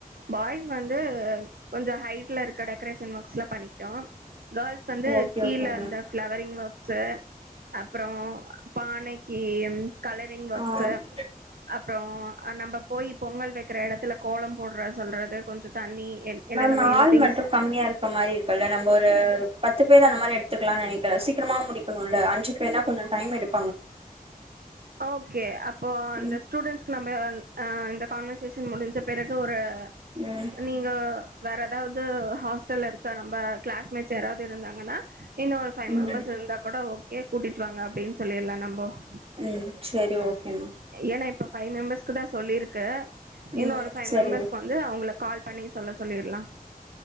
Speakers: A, on the right; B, on the right.
A: பாய்ஸ் வந்து கொஞ்சம் ஹைட்ல இருக்க டெரேஷன் ஒர்க் லாம் பண்ணிக்கிட்டோம் கேர்ள்ஸ் வந்து
B: ஓகே
A: கீழ
B: ஓகே மேம்
A: அந்த பிளவரிங் ஒர்க்ஸ்ஸு அப்புறம் பானைக்கு கலரிங் ஒர்க்ஸ்ஸு
B: ஆ
A: அப்புறம் நம்ம போய் பொங்கல் வை இருக்கிற இடத்துல கோலம் போடுறது சொல்றது கொஞ்சம் தண்ணி என் என்னென்ன
B: மேம்
A: வேணு
B: ஆள்
A: திங்ஸ்
B: மட்டும் கம்மியா இருக்க மாதிரி இருக்கு நம்ம ஒரு பத்து பேர் அந்த மாதிரி எடுத்துக்கலாம் நினைக்கற சீக்கிரமா முடிக்கணும்ல அஞ்சு பேர்னா கொஞ்சம் டைம் எடு
A: ஓகே அ இப்போ அந்த
B: ம்
A: ஸ்டூடெண்ட்ஸ்க்கு நம்ம இந்த கான்வர்சேஷன் முடிஞ்ச பிறகு ஒரு
B: ம்
A: நீங்க வேற ஏதாவது ஹாஸ்டல்ல இருக்க நம்ம கிளாஸ்மேட்ஸ் யாராவது இருந்தாங்கன்னா இன்னும் ஒரு ஃபைவ்
B: ம்
A: மெம்பர்ஸ் இருந்தா கூட ஓகே கூட்டிட்டு வாங்க அப்டினு சொல்லில்லாம் நம்ம ப
B: ம் சரி ஓகே மேம்
A: ஏன்னா இப்போ ஃபைவ் மெம்பர்ஸ் க்கு தான் சொல்லியிருக்கு இன்னும்
B: ம்
A: ஒரு ஃபைவ்
B: சரி
A: மெம்பர்ஸ்க்கு வந்து அவங்கள கால் பண்ணி சொல்ல சொல்லிடலாம்